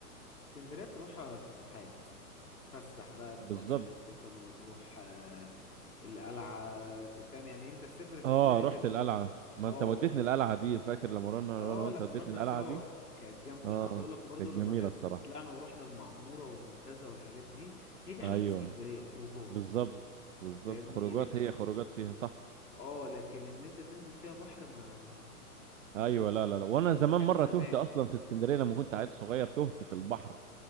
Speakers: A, on the left (about 85°); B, on the right (about 55°).
A: اسكندريه تروح فسحات تفسح بقى تروح
B: بالظبط
A: سان ستيفانو تروح آه، القلعه تفهم يعني انت تسافر اسكندريه
B: اه رحت
A: دي تبقى
B: القلعه ما
A: اه
B: انت وديتني القلعه دي فاكر لما رحنا
A: اه
B: انا وانت
A: لما
B: وديتني
A: روحنا
B: القلعه
A: سوا
B: دي
A: كانت جامده
B: اه
A: انا عاوز اقول لك وبرضه
B: كانت جميله
A: لما ت-
B: الصراحه
A: طلعنا ورحنا المعموره والمنتزه والحاجات دي هي دي حلاوه
B: ايوه
A: اسكندريه الخروجات
B: بالظبط
A: خروجات
B: بالظبط
A: فاهمني
B: خروجات
A: لكن
B: هي خروجات فيها صح
A: اه لكن ان انت تنزل فيها بحر ما ما
B: ايوه
A: خالص
B: لا لا لا وانا
A: كان
B: زمان
A: كان
B: مره
A: زمان
B: تهت اصلا في اسكندريه لما كنت عيل صغير تهت في البحر